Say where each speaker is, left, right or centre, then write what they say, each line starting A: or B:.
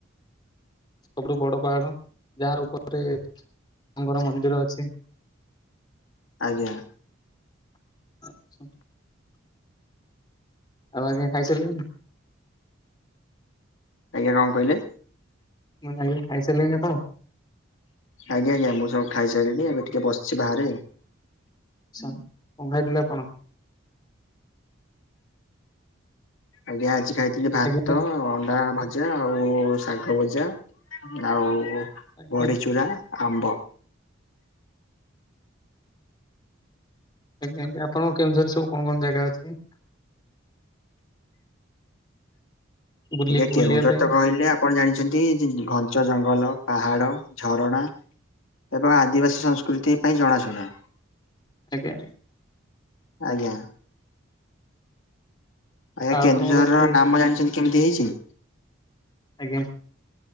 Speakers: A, on the left; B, on the left.
A: ସବୁଠୁ ବଡ ପାହାଡ ଯା ଉପରେ ତାଙ୍କର ମନ୍ଦିର ଅଛି।
B: ଆଜ୍ଞା।
A: <unintelligible> ଆଉ ଆଜ୍ଞା ଖାଇ ସାଇଲେଣି?
B: ଆଜ୍ଞା କଣ କହିଲେ?
A: ମୁଁ କହିଲି ଆଜ୍ଞା ଖାଇ ସାରିଲିଣି ଆପଣ?
B: ଆଜ୍ଞା ଆଜ୍ଞା ମୁଁ ସବୁ ଖାଇ ସାଇଲିଣି ଏବେ ଟିକେ ବସିଛି ବାହାରେ।
A: ଆଚ୍ଛା କଣ ଖାଇଥିଲେ ଆପଣ?
B: ଆଜ୍ଞା ଆଜି ଖାଇଥିଲି ଭାତ
A: ଆଜ୍ଞା
B: ଅଣ୍ଡା ମା ଭଜା ଆଉ ଶାଗ ଭଜା ଆଉ
A: ଆଜ୍ଞା
B: ବଡିଚୁରା ଆମ୍ବ।
A: ଆଜ୍ଞା ଆଜ୍ଞା ଆପଣ କେଉଁଝରରେ ସବୁ କଣ କଣ ଜାଗା ଅଛି? ବୁଲି
B: ଆଜ୍ଞା
A: ବୁଲିବା
B: କେଉଁଝର
A: ପାଇଁ
B: ତ କହିଲେ ଆପଣ ଜାଣିଛନ୍ତି ଜି ଘଞ୍ଚ ଜଙ୍ଗଲ ପାହାଡ ଝରଣା। ଏବଂ ଆଦିବାସୀ ସଂସ୍କୃତି ପାଇଁ ଜଣାଶୁଣା।
A: ଆଜ୍ଞା।
B: ଆଜ୍ଞା। ଆଜ୍ଞା
A: ଆଉ
B: କେନ୍ଦୁଝର
A: ଆପଣଙ୍କର ସେଠି
B: ର ନାମ
A: ଖା
B: ଜାଣିଛନ୍ତି କେମିତି ହେଇଛି।
A: ଆଜ୍ଞା।